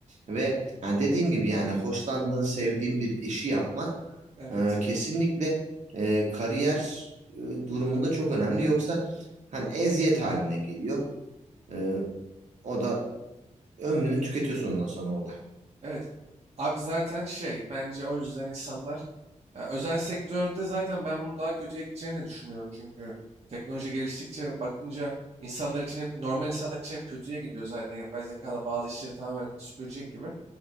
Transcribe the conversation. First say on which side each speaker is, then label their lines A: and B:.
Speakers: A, on the right; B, on the right.
A: ve ha dediğin gibi yani hoşlandığın, sevdiğin bir işi yapmak
B: Evet.
A: e, kesinlikle e, kariyer e, durumunda çok önemli. Yoksa hani eziyet haline geliyor. E, o da ömrünü tüketiyorsun ondan sonra orada.
B: Evet. Abi zaten şey bence o yüzden insanlar ya özel sektörde zaten ben bunun daha kötüye gideceğini düşünüyorum. Çünkü teknoloji geliştikçe bakınca insanlar için hep normal insanlar için hep kötüye gidiyor zaten. Yapay zeka da bazı işleri tamamen süpürecek gibi.